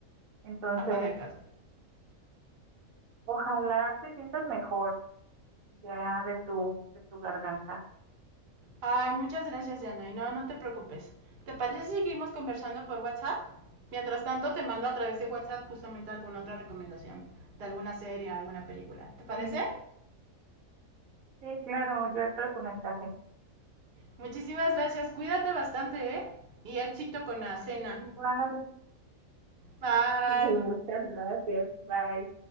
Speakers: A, on the right; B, on the right.
A: Entonces,
B: de casa.
A: ojalá te sientas mejor ya de tu, de tu garganta.
B: Ay, muchas gracias, Diana. Y no, no te preocupes. ¿Te parece si seguimos conversando por WhatsApp? Mientras tanto, te mando a través de WhatsApp justamente alguna otra recomendación de alguna serie, alguna película. ¿Te parece?
A: Sí, sí, claro, yo espero tu mensaje.
B: Muchísimas gracias. Cuídate bastante, ¿eh? Y éxito con la cena.
A: Igual,
B: Bye.
A: <laughs> muchas gracias. Bye.